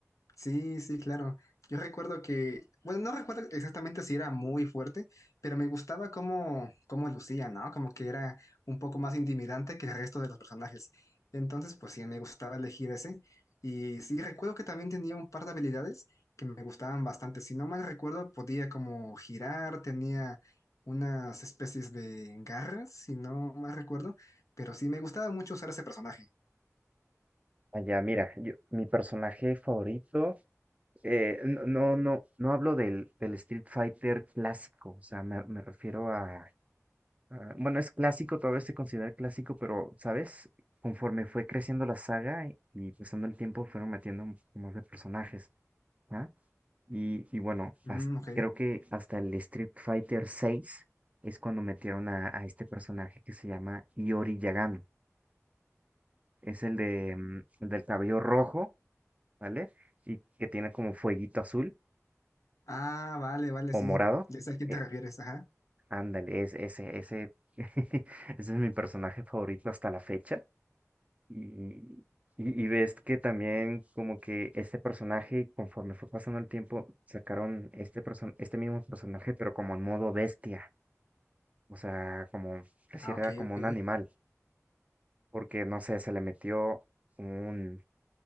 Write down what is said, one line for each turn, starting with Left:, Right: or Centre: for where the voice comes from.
Left: Sí, sí, claro. Yo recuerdo que, bueno, no recuerdo exactamente si era muy fuerte, pero me gustaba cómo, cómo lucía, ¿no? Como que era un poco más intimidante que el resto de los personajes. Entonces, pues sí, me gustaba elegir ese. Y sí, recuerdo que también tenía un par de habilidades que me gustaban bastante. Si no mal recuerdo, podía como girar, tenía unas especies de garras, si no mal recuerdo, pero sí, me gustaba mucho usar ese personaje.
Right: Allá, mira, yo- mi personaje favorito, eh, No, no, no, no hablo del, del Street Fighter clásico, o sea, me, me refiero a, a- bueno, es clásico, todavía se considera clásico, pero, ¿sabes? Conforme fue creciendo la saga y, y pasando el tiempo, fueron metiendo un poco más de personajes, ¿ah? Y, y bueno,
Left: Mm,
Right: has-
Left: ok.
Right: creo que hasta el Street Fighter seis es cuando metieron a, a este personaje que se llama Iori Yagami. Es el de mm, el del cabello rojo, ¿vale? Y que tiene como fueguito azul
Left: Ah, vale, vale,
Right: o
Left: sí.
Right: morado.
Left: Ya sé a quién
Right: Eh,
Left: te refieres, ajá.
Right: ándale, es, ese, ese, <laughs> ese es mi personaje favorito hasta la fecha. Y, y, y ves que también como que este personaje, conforme fue pasando el tiempo, sacaron este, person este mismo personaje, pero como en modo bestia. O sea, como, pareciera
Left: Ah, ok,
Right: era como
Left: ok.
Right: un animal, porque no sé, se le metió un,